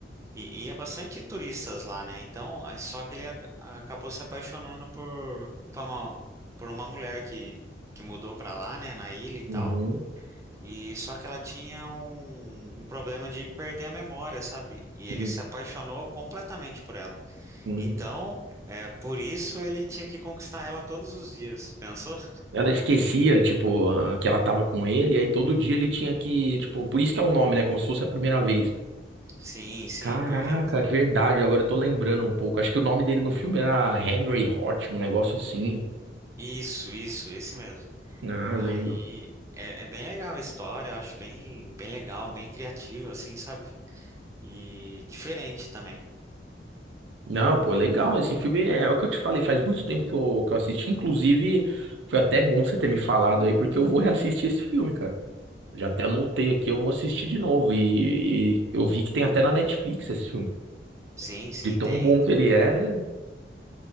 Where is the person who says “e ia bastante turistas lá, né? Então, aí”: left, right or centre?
Right